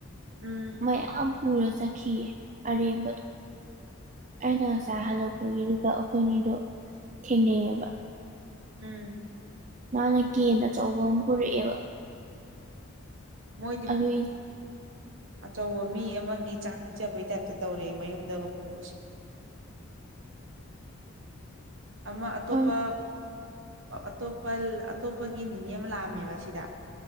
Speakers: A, on the right; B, on the right.
A: ꯎꯝ
B: ꯃꯌꯥꯝ ꯄꯨꯔ ꯆꯠꯈꯤꯌꯦ ꯑꯔꯦꯝꯕꯗꯣ ꯑꯩꯅ ꯉꯁꯥꯏ ꯍꯜꯂꯛꯄꯒꯤ ꯑꯩꯈꯣꯏꯅꯤꯗꯣ ꯊꯦꯡꯅꯩꯌꯦꯕ
A: ꯎꯝ
B: ꯃꯥꯅ ꯀꯦꯟ ꯑꯆꯧꯕ ꯑꯃ ꯄꯨꯔꯛꯑꯦꯕ
A: ꯃꯣꯏꯗꯤ
B: ꯑꯗꯨ
A: ꯑꯆꯧꯕ ꯃꯤ ꯑꯃꯒꯤ ꯆꯥꯛ ꯄꯤꯖꯕꯩ ꯇꯥꯏꯞꯇ ꯇꯧꯔꯦ ꯃꯌꯨꯝꯗꯒ ꯄꯨꯕꯁꯦ <unintelligible> ꯑꯃ ꯑꯇꯣꯞꯄ
B: ꯎꯝ
A: ꯑꯇꯣꯞꯄ ꯑꯇꯣꯞꯄꯒꯤ ꯅꯤꯅꯦ ꯑꯃ ꯂꯥꯛꯑꯝꯃꯦꯕ ꯁꯤꯗ